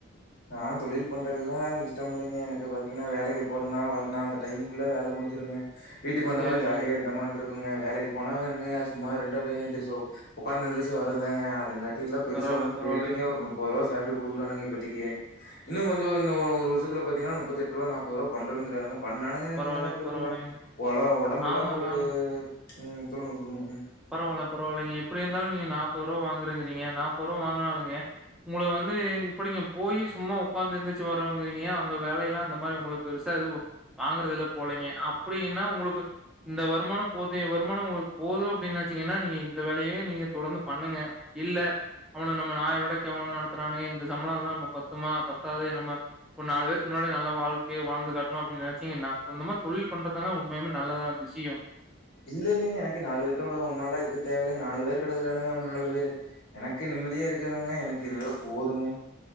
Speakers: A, on the left; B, in the centre.
A: நா தொழில் பண்றதுகுதா இஷ்டமில்லங்க எனக்கு பாத்தீங்கன்னா வேலக்கி போறேனா வரேனா அந்த டைகுள்ள வேல முடிஞ்சுருங்க வீட்டுக்கு வந்தமா
B: சரிங்க.
A: ஜாலியே இருந்தமா ட்ரு வுங்க வேலக்கு போனாங்க சும்மா இருந்துட்டு அப்டியே எந்திருச்சு உட்காந்து எந்துருச்சி வரதாங்க அதங்காட் ல்ல பெருசா
B: பரவால்ல,
A: ஒன்னு
B: பரவால்லைங்க.
A: தெரிலீங்க ஓர் முப்பரூவ சால்ரி குடுக்குறாங்க இப்பத்திக்கி இன்னு கொஞ்ச இந்த ஒரு வருஷத்துல பாத்தீங்கனா நுப்பதெட்டுரூவா நாப்பரூவா பண்றனுராங்க பண்ணானுங்க எனக்
B: பரவால்லை,
A: என்னங்க பிரச்சன
B: பரவால்லைங்க.
A: ஒல ஒடம்புல
B: ஆமாங்க,
A: ஒரு உம் சொல்லுங்க சொல்லுங்க
B: பரவால பரவாலிங்க எப்டியாயிந்தாலும் நீங்க நாப்பதுரூவா வாங்குருகிறீங்க நாப்பதுரூவா வாங்குனாளுங்கே உங்கள வந்து இப்படிங்க போய் சும்மா உக்காந்து எந்துருச்சு வரவுங்றீங்க அங்க வேலயெல்லா அந்த மாரி உங்களுக்கு பெருசா எது வாங்குறது இல்ல போலிங்க அப்படின்னா உங்களுக்கு இந்த வருமானம் போதிய வருமானம் உங்களுக்கு போது இப்டின் நச்சீங்கன்னா நீங்க இந்த வேலயே நீங்க தொடர்ந்து பண்ணுங்க இல்ல அவுன நம்ம நாய் விட கேவலமா நடத்துறானுங்க இந்த சம்பளலா நமக்பத்துமா பத்தாது நம்ம ஒரு நாலு பேத்துகு முன்னாடி நல்ல வாழ்க்கய வாழ்ந்து காட்டணு அப்டின் நெனச்சீங்கன்ன சொந்தமா தொழில் பண்றதாங்க உண்மையலுமே நல்லதா சியோ
A: இல்ல இல்லங்க எனக்கு நாலு பேத்தோட ஒன்னாளா இருக்க தேவலிங்க நாலு பேரு கெடக்கிறாங்க அவனு நாலு பேரு எனக்கு நிம்மதியா இருக்கணுங்க எனக்கு இதுவே போதுங்க